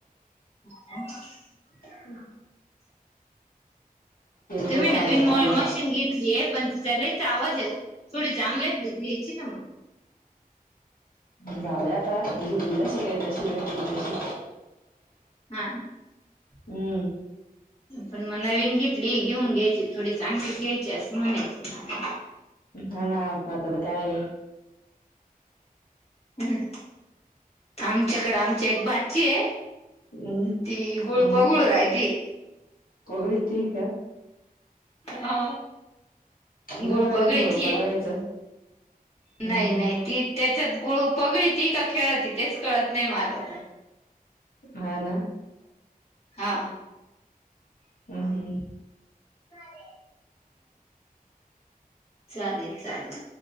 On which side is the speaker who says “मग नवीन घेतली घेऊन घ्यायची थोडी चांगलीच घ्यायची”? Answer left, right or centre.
Left